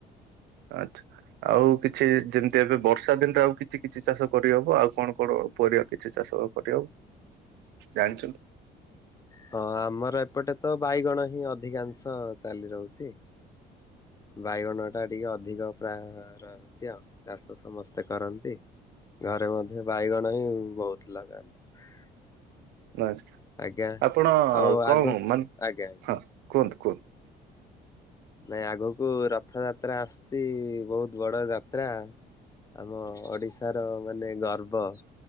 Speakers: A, on the right; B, on the left.
A: ଆଚ୍ଛା ଆଉ କିଛି ଯେମିତି ଏବେ ବର୍ଷା ଦିନରେ ଆଉ କିଛି କିଛି ଚାଷ କରିହବ ଆଉ କଣ କଣ ପରିବା କିଛି ଚାଷ କରିହବ ଜାଣିଛନ୍ତି?
B: ହଁ ଆମର ଏପଟେ ତ ବାଇଗଣ ହିଁ ଅଧିକାଂଶ ଚାଲି ରହୁଛି। ବାଇଗଣ ଟା ଟିକେ ଅଧିକ ପ୍ରାୟ ରହୁଛି ଆଉ ଚାଷ ସମସ୍ତେ କରନ୍ତି। ଘରେ ମଧ୍ୟ ବାଇଗଣ ହିଁ ବହୁତ ଲଗାନ୍ତି। <inaudible>
A: ନାଇଁ
B: ଆଜ୍ଞା
A: ଆପଣ
B: ଆଉ
A: କଣ
B: ଆଗକୁ
A: ମାନ
B: ଆଜ୍ଞା ଆଜ୍ଞା
A: ହଁ କୁହନ୍ତୁ କୁହନ୍ତୁ।
B: ନାଇଁ ଆଗକୁ ରଥ ଯାତ୍ରା ଆସୁଛି ବହୁତ ବଡ ଯାତ୍ରା। ଆମ ଓଡିଶାର ମାନେ ଗର୍ବ